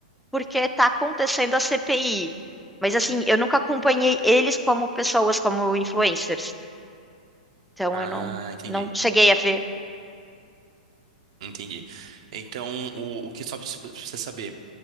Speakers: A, in the centre; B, on the right.
A: porque tá acontecendo a CPI. Mas assim, eu nunca acompanhei eles como pessoas, como influencers. Então
B: Ah,
A: eu não,
B: entendi.
A: não cheguei a ver.
B: Entendi. Então, o, o que só pra você saber,